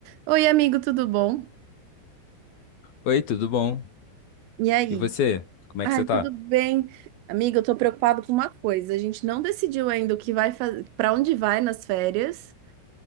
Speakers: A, on the right (about 80°); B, on the left (about 55°).
A: Oi, amigo, tudo bom?
B: Oi, tudo bom?
A: E aí?
B: E você? Como é
A: Ai,
B: que você tá?
A: tudo bem. Amigo, eu tô preocupado com uma coisa. A gente não decidiu ainda o que vai fazer, para onde vai nas férias,